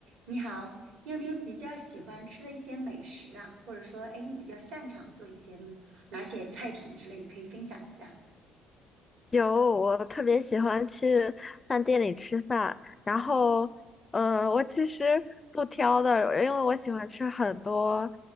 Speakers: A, on the right; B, on the left.
A: 你好，你有没有比较喜欢吃的一些美食啊？或者说，哎，你比较擅长做一些嗯哪些菜品之类，可以分享一下
B: 有，我特别喜欢去饭店里吃饭，然后，呃，我其实不挑的，因为我喜欢吃很多